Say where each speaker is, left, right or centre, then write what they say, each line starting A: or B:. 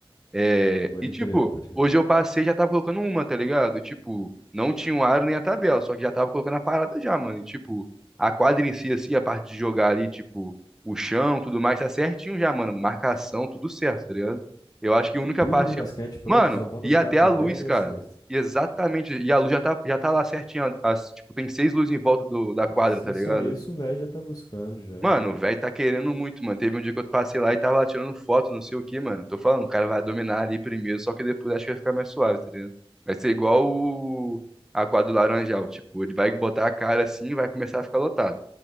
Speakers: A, in the centre; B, on the left.
A: É,
B: Pode
A: e tipo,
B: crer, pode crer.
A: hoje eu passei e já tava colocando uma, tá ligado? Tipo, não tinha o aro nem a tabela, só que já tava colocando a parada já, mano. E tipo, a quadra em si, assim, a parte de jogar ali, tipo, o chão, tudo mais, tá certinho já, mano. Marcação, tudo certo, tá ligado? Eu acho que a única
B: Tudo
A: parte
B: de basquete
A: que... eu-
B: pronto,
A: Mano,
B: só falta
A: e
B: botar
A: até
B: a tabela
A: a luz, cara.
B: e a cesta.
A: E Exatamente. E a luz já tá, já tá lá certinha. As, tipo, tem seis luzes em volta do, da quadra,
B: Se
A: tá
B: é
A: ligado?
B: só isso, o velho já tá buscando já.
A: Mano, o velho tá querendo muito, mano. Teve um dia que eu passei lá e tava lá tirando foto, não sei o que, mano. Tô falando, o cara vai dominar ali primeiro, só que depois acho que vai ficar mais suave, tá ligado? Vai ser igual o... a quadra do Laranjal, tipo, ele vai botar a cara assim e vai começar a ficar lotado.